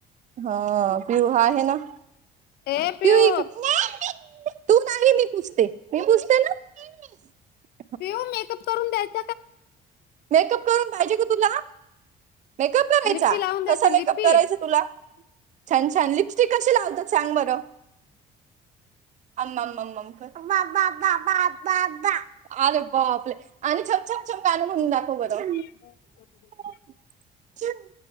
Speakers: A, on the right; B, on the left.
A: हा पिहू आहे ना.
B: ए
A: <unintelligible>
B: पिऊ पिहू मेकअप करून देत.
A: मेकअप करून पाहिजे गं तुला? मेकअप करायचा
B: लिप्पी लावून द्यायची
A: कसा मेकअप
B: लिप्पी
A: करायच तुला? छान छान लिपस्टिक कशी लावतात सांग बरं आम आम आम कर. <unintelligible> छम गान म्हणून दाखव गं द.
B: <inaudible>
A: <unintelligible>